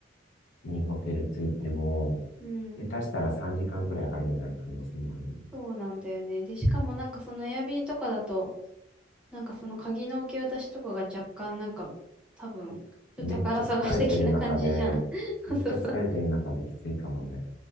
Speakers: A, on the left (about 80°); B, in the centre.
A: にホテル着いても、
B: うん。
A: 下手したら3時間くらい入れない可能性もある。
B: そうなんだよね。で、しかもなんかそのエアビーとかだと、なんかその鍵の受け渡しとかが若干なんか、多分、ちょっと宝探し的な感じじゃん。
A: めっちゃ疲れてる中で、
B: <laughs> そうそうそう。
A: めっちゃ疲れてる中できついかもね。